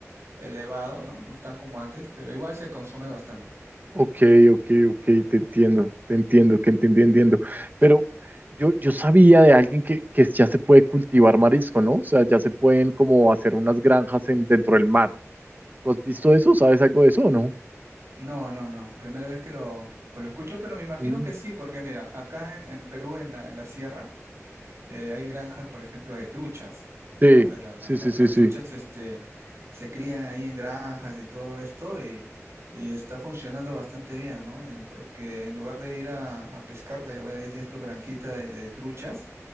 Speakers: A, on the right; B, on the right.
A: elevados, ¿no? No están como antes, pero igual se consume bastante.
B: Ok, ok, ok, te entiendo, te entiendo, que entendí, entiendo. Pero yo, yo sabía de alguien que, que ya se puede cultivar marisco, ¿no? O sea, ya se pueden como hacer unas granjas en, dentro del mar. ¿Tú has visto eso? ¿Sabes algo de eso o no?
A: No, no, no. Primera vez que lo, que lo escucho, pero me imagino
B: Sí.
A: que sí, porque mira, acá en, en Perú, en la, en la sierra, eh, hay granjas, por ejemplo, de truchas,
B: Sí,
A: ¿no? De la-
B: sí,
A: la-
B: sí, sí,
A: las
B: sí.
A: truchas este, se crían ahí en granjas y todo esto y, y está funcionando bastante bien, ¿no? Eh, porque en lugar de ir a, a pescarla, ya, bueno, ya tienes tu granjita de, de truchas